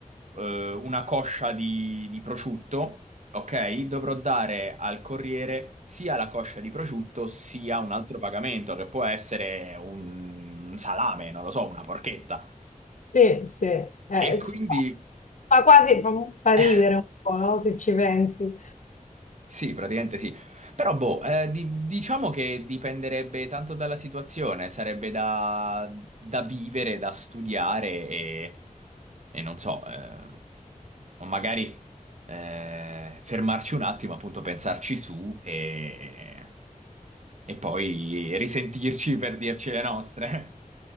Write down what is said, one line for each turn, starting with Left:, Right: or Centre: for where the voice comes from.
Right: una coscia di, di prosciutto, ok? Dovrò dare al corriere sia la coscia di prosciutto sia un altro pagamento che può essere un, un salame, non lo so, una porchetta.
Left: sì, sì. Eh,
Right: E quindi
Left: s- fa quasi, fa, fa ridere
Right: <laughs>
Left: un po', no? Se ci pensi.
Right: Sì, praticamente sì. Però, boh, eh, di- diciamo che dipenderebbe tanto dalla situazione, sarebbe da, da vivere, da studiare e, e non so, eh, o magari eh, fermarci un attimo, appunto, pensarci su e, e poi risentirci per dirci le nostre.